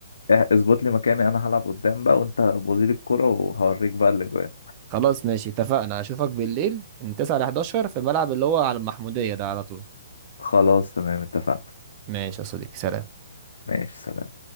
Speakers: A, on the left; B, on the right.
A: اه، اظبط لي مكاني انا هلعب قدام بقى وانت وزير الكرة وهوريك بقى الاجوان
B: خلاص ماشي اتفقنا اشوفك بالليل من 9 ل 11 في الملعب اللي هو على المحموديه ده على طول
A: خلاص تمام اتفقنا
B: ماشي يا صديقي سلام
A: ماشي سلام